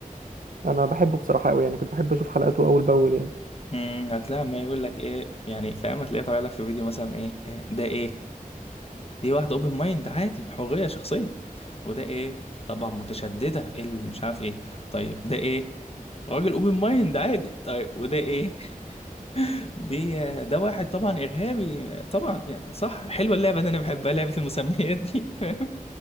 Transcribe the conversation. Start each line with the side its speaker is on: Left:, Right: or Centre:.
Right: انا بحبه بصراحة قوي يعني كنت بحب اشوف حلقاته اول باول يعني
Left: امم هتلاقي ما يقول لك ايه يعني فاهم هتلاقيه طالع لك في فيديو مثلا ايه, إيه ده ايه دي واحدة اوبن مايند عادي حرية شخصية وده ايه طبعا متشددة ايه اللي مش عارف ايه طيب ده ايه راجل اوبن مايند عادي طيب وده ايه <laughs> دي آه، ده واحد طبعا ارهابي طبعا يعني صح حلوه اللعبه دي انا بحبها لعبه المسميات دي <laughs> فاهم